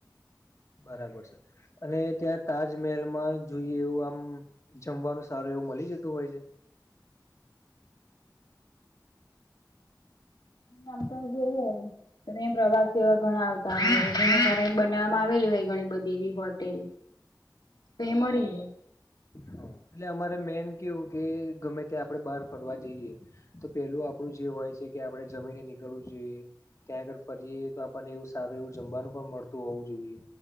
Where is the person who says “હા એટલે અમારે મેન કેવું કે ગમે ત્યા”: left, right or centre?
Left